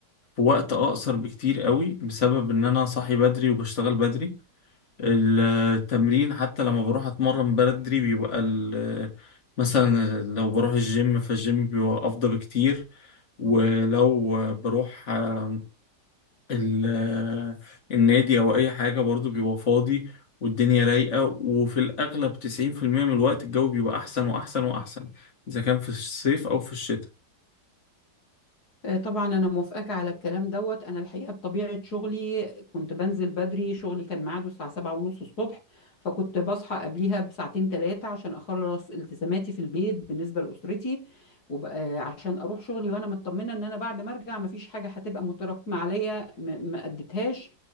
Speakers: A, on the left; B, on the left.
A: في وقت اقصر بكتير قوي بسبب ان انا صاحي بدري وبشتغل بدري التمرين حتى لما بروح اتمرن بدري بيبقى ال- مثلا لو بروح الجيم فالجيم بيبقى افضل بكتير ولو بروح آه، ال- النادي او اي حاجة برضو بيبقى فاضي والدنيا رايقة وفي الاغلب 90% من الوقت الجو بيبقى احسن واحسن واحسن اذا كان في الصيف او في الشتاء
B: آه، طبعا انا موافقاك على الكلام دوت انا الحقيقه بطبيعه شغلي كنت بنزل بدري شغلي كان ميعاده الساعه 7 ونص الصبح فكنت بصحى قبليها بساعتين ثلاثه عشان اخلص التزاماتي في البيت بالنسبه لاسرتي وبقى عشان اروح شغلي وانا مطمنه ان انا بعد ما ارجع مفيش حاجه هتبقى متراكمه عليا م- ما اديتهاش